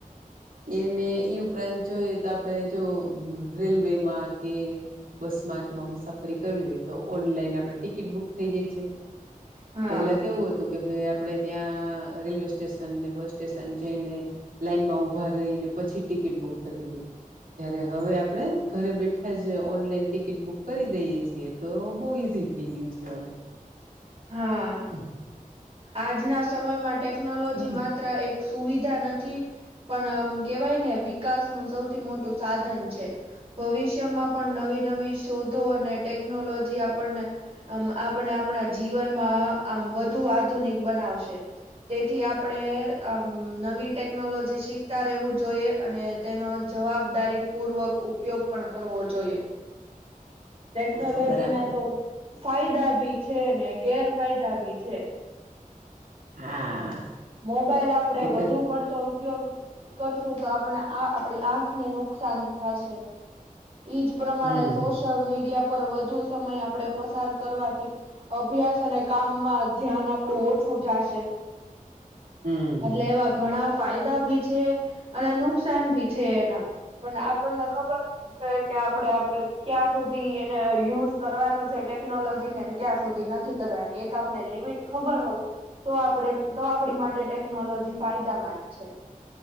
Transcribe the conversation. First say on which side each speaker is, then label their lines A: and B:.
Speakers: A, on the right (about 85°); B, on the right (about 45°).
A: એને ઈ ઉપરાંત જોઈએ તો આપણે જો રેલવેમાં કે બસમાં કે એમાં મુસાફરી કરવી હોય તો ઓનલાઈન આપડે ટિકિટ બુક થઈ જઈ છે,
B: હા
A: પેલા કેવું હતું કે ભાઈ આપડે ત્યાં રેલવે સ્ટેશન ને બસ સ્ટેશન જઈને લાઈન માં ઉભા રહીને પછી ટિકિટ બુક થતી હતી જયારે હવે આપણે ઘરે બેઠા જ ઓનલાઈન ટિકિટ બુક કરી દઈએ છીએ તો બહુ ઈઝી થઈ ગયું છે, હવે
B: હા
A: એમ.
B: આજના સમયમાં ટેકનોલોજી
A: હા
B: માત્ર એક સુવિધા નથી પણ આમ કેવાય ને વિકાસનું સૌથી મોટું સાધન છે. ભવિષ્યમાં પણ નવી નવી શોધો અને ટેકનોલોજી આપણને આમ આપને આપણા જીવનમાં આમ વધુ આધુનિક બનાવશે તેથી આપણે આમ ન વી ટેકનોલોજી શીખતા રહેવું જોઈએ અને તેનો જવાબદારી પૂર્વક ઉપયોગ પણ કરવો જોઈએ
A: <inaudible>
B: ટેકનોલોજી
A: હા બરાબર
B: ના તો ફાયદા ભી છે, ને ગેરફાયદા ભી છે.
A: હા
B: મોબાઈલ આપડે
A: એ
B: વધુ
A: તો
B: પડતો ઉપયોગ કરશું તો આપણા આ આપડી આંખને નુકસાન થશે ઈજ પ્રમાણે
A: હમ
B: સોશયલ મીડિયા પર વધુ સમય આપડે પસાર કરવાથી અભ્યાસ અને કામમાં ધ્યાન આપડું ઓછું જાશે
A: હમ
B: એટલે એવા ઘણા ફાયદા ભી છે, અને નુકસાન ભી છે, એના પણ આપણને ખબર હો જોએ કે આપડે આપડે ક્યાં સુધી એને યુઝ કરવાનો છે. ટેકનોલોજી ને ક્યાં સુધી નથી કરવાની એક આપને લિમિટ ખબર હોય તો આપણે તો આપણી માટે ટેકનોલોજી ફાયદામાં જ છે.